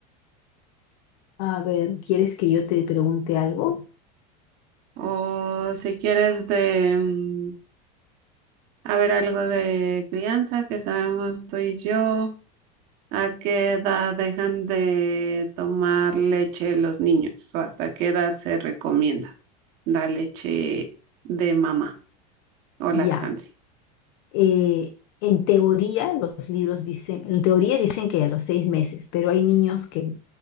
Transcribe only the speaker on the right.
O si quieres de, mm, a ver, algo de crianza que sabemos tú y yo. ¿A qué edad dejan de tomar leche los niños? ¿O hasta qué edad se recomienda la leche de mamá o
lactancia?